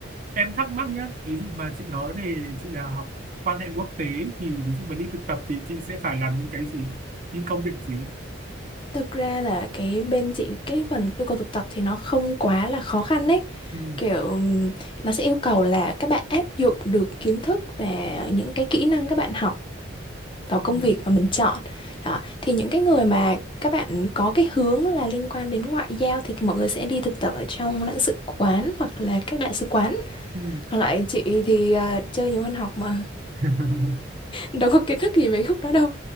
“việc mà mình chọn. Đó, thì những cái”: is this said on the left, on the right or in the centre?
Left